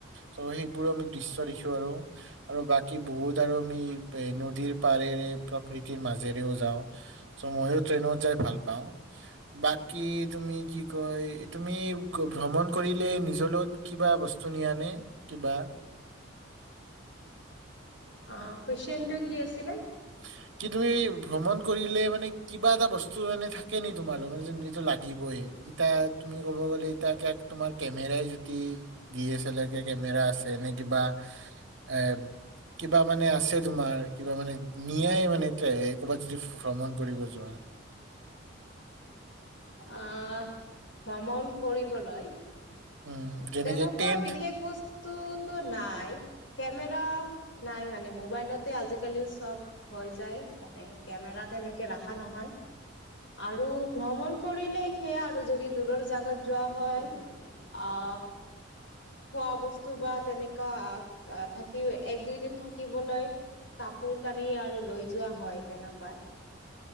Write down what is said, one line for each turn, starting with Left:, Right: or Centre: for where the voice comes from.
Right: চ' সেইবোৰো আমি দৃশ্য দেখো আৰু আৰু বাকী বহুত আৰু আমি এ নদীৰ পাৰেৰে প্ৰকৃতিৰ মাজেৰেও যাওঁ। চ' মইও ট্ৰেইনত যায় ভাল পাওঁ। বাকী তুমি কি কয় তুমি ভ্ৰমণ কৰিলে নিজৰ লগত কিবা বস্তু নিয়া নে কিবা?
Left: অ কুৱেশ্চনটো কি আছিলে?
Right: <unintelligible> কি তুমি ভ্ৰমণ কৰিলে মানে কিবা এটা বস্তু মানে থাকে নি তোমাৰা লগত মানে যিটো লাগিবই? এয়া তুমি ক'ব গ'লে ই তাক তোমাৰ কেমেৰাই যদি ডি এ চেলাৰ কেমেৰা আছে নে না কিবা এ কিবা মানে আছে তোমাৰ, কিবা মানে নিয়াই মানে এ ক'ৰবাত যদি ভ্ৰমণ কৰিব যোৱা।
Left: আ ভ্ৰমণ কৰিবলৈ
Right: উম। যেনেকে
Left: তেনেকুৱা
Right: টেন্ট
Left: বিশেষ বস্তুটো নাই। কেমেৰা নাই মানে মোবাইলতে আজিকালি চব হৈ যায় সেইকাৰণে কেমেৰাত এনেকে ৰাখা নহয়। আৰু ভ্ৰমণ কৰিলে সেয়া আৰু যদি দূৰৰ জাগাত যোৱা হয় অ খোৱা বস্তু, বা তেনেকুৱা থাকি এক দুইদিন থাকিবলৈ কাপোৰ-কানি আৰু লৈ যোৱা হয়, তেনেকুৱাই।